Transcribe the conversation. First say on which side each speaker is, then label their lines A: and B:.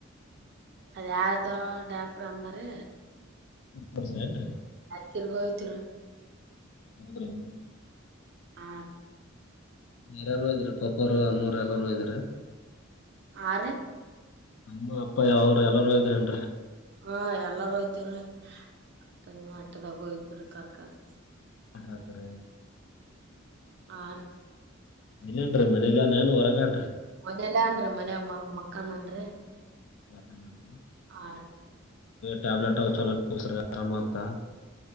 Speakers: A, on the right; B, on the left.
A: ಅದ ಯಾರ್ದೋ ಡಾಕ್ರ ಅಂಬ್ರ
B: ಕೊಡ್ಸ್ರ ಆ
A: ಕಿರ್ಗೋಯ್ದ್ರು
B: ಹೌದ್ರೀ..
A: ಆ
B: ಯರಾರೂ ಇದಾರೆ ಪಪ್ಪರು ಅಮ್ಮರು ಎಲ್ಲಾರೂ ಇದ್ದಾರೆ
A: ಹಾ ರೀ
B: ಅಮ್ಮ ಅಪ್ಪ ಯಾವರು ಎಲ್ಲಾರೂ ಇದ್ರನ್ರಿ
A: ಹಾ ಎಲ್ಲಾರೂ ಇದ್ದ್ರೀ ಅದ ಅಟ್ಟದಾಗ ಇದ್ದ್ರ ಕರ್ಕನ್
B: ಅದ್ರ
A: ಆ
B: ಇಲ್ಲೇನ್ರಿ ಮನೇಲಿ ನೇನ್ ಹೊರಗನ್ರಿ
A: ಮನಲ್ಲ ಅನ್ರರಿ ಮನ ಮ ಮಕ್ಕನ್ನ್ರಿ
B: ಅದ ನ
A: ಹಾ
B: ಟ್ಯಾಬ್ಲೆಟ್ ಅವ ಚಲೋಸರ್ ಆರಾಮ ಆಗ್ತಾ.